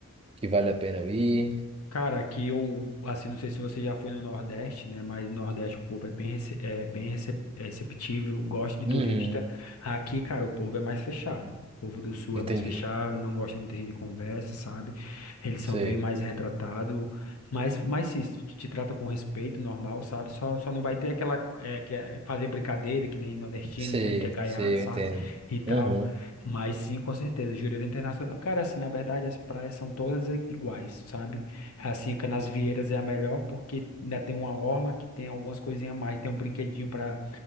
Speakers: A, on the right; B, on the left.
A: que vale a pena eu ir?
B: Cara, aqui eu, assim, não sei se você já foi no Nordeste, né? Mas no Nordeste o povo é bem, rece- é bem rece- é receptível, gosta de
A: Uhum,
B: turista. Aqui, cara, o povo é mais fechado. O povo do Sul
A: entendi.
B: é mais fechado, não gosta muita gente de conversa, sabe? Eles são
A: Sei,
B: bem mais retratados. Mas, mas sim, se te, te trata com respeito, normal, sabe? Só, só não vai ter aquela, é, que é fazer brincadeira, que nem nordestino,
A: sei,
B: que é, que é gaiato,
A: sei,
B: sabe?
A: eu entendo.
B: E tal.
A: Uhum.
B: Mas sim, com certeza, Jurerê Internacional. Cara, assim, na verdade, as praias são todas i- iguais, sabe? Assim, canasvieiras é a melhor porque ainda tem uma orla que tem algumas coisinhas a mais. Tem um brinquedinho para